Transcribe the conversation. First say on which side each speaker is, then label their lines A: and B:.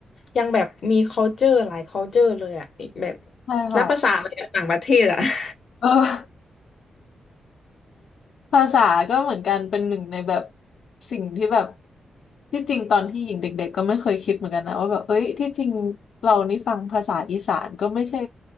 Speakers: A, on the left; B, on the left.
A: ยังแบบมี culture หลาย culture เลยอ่ะแบบ
B: ใช่ค่ะ
A: นับภาษาอะไรกับต่างประเทศอ่ะ <laughs>
B: เออ ภาษาก็เหมือนกันเป็นหนึ่งในแบบสิ่งที่แบบที่จริงตอนที่หญิงเด็กๆก็ไม่เคยคิดเหมือนกันนะว่าแบบเอ้ยที่จริงเรานี่ฟังภาษาอีสานก็ไม่ใช่